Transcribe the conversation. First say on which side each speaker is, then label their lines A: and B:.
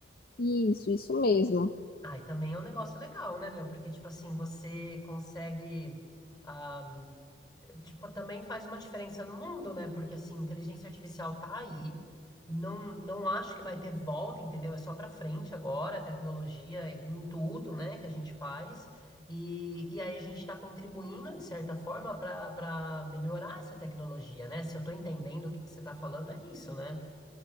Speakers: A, on the left; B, on the left.
A: Isso, isso mesmo.
B: Ah, e também é um negócio legal, né, meu? Porque, tipo assim, você consegue. ah, tipo, também faz uma diferença no mundo, né? Porque assim, inteligência artificial tá aí. Não, não acho que vai ter volta, entendeu? É só pra frente agora, tecnologia em tudo, né, que a gente faz. E, e aí a gente está contribuindo, de certa forma, para para melhorar essa tecnologia, né? Se eu tô entendendo o que que você tá falando, é isso, né?